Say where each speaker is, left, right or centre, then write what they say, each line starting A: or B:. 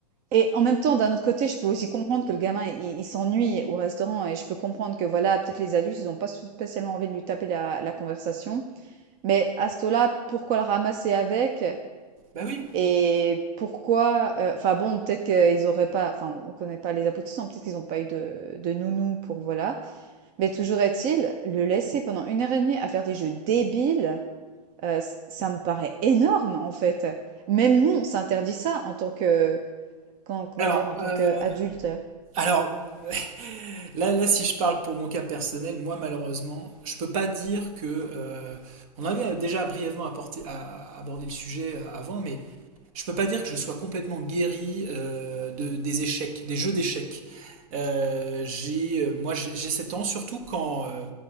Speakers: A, on the right; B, on the right.
A: et en même temps, d'un autre côté, je peux aussi comprendre que le gamin, il il s'ennuie au restaurant et je peux comprendre que voilà, peut-être les adultes, ils ont pas spécialement envie de lui taper la la conversation. Mais à ce taux-là, pourquoi le ramasser avec?
B: Bah oui.
A: Et pourquoi, heu, enfin bon, peut-être qu'ils auraient pas enfin, on connaît pas les aboutissants, peut-être qu'ils n'ont pas eu de de nounou pour voilà. Mais toujours est-il, le laisser pendant une heure et demie à faire des jeux débiles, heu, ç ça me paraît énorme, en fait. Même nous, on s'interdit ça en tant que comment comment
B: Alors,
A: dire? En tant
B: euh,
A: qu'adulte.
B: alors <laughs> là, là, si je parle pour mon cas personnel, moi, malheureusement, je peux pas dire que. euh, on avait déjà brièvement apporté- à- abordé le sujet euh, avant, mais je peux pas dire que je sois complètement guéri euh, de, des échecs, des jeux d'échecs. Euh, j'ai, euh, moi, j'ai j'ai 7 ans, surtout quand, euh,